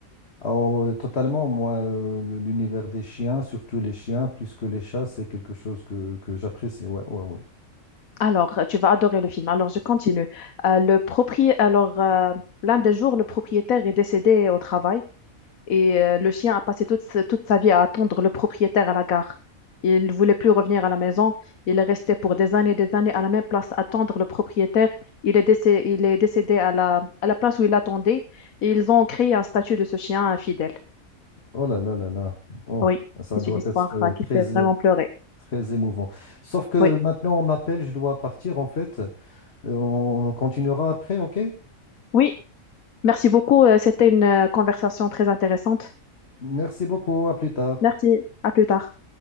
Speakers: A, on the left (about 50°); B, on the left (about 80°).
A: Alors, euh, totalement, moi, euh, le- l'univers des chiens, surtout les chiens, plus que les chats, c'est quelque chose que, que j'apprécie. Ouais, ouais, ouais.
B: Alors, euh, tu vas adorer le film. Alors, je continue. Euh, le propri... Alors, euh, l'un des jours, le propriétaire est décédé au travail et euh, le chien a passé toute, sa- toute sa vie à attendre le propriétaire à la gare. Il ne voulait plus revenir à la maison. Il est resté pour des années et des années à la même place attendre le propriétaire. Il est décédé, il est décédé à la, à la place où il attendait et ils ont créé un statut de ce chien fidèle.
A: Oh là là là là. Oh,
B: Oui,
A: ça
B: c'est
A: doit
B: une histoire
A: être euh,
B: euh,
A: très,
B: qui fait vraiment
A: é-
B: pleurer.
A: très émouvant. Sauf que
B: Oui,
A: maintenant, on m'appelle, je dois partir en fait. Euh, On on continuera après, ok?
B: oui, merci beaucoup. Euh, C'était une euh, conversation très intéressante.
A: Merci beaucoup, à plus tard.
B: Merci, à plus tard.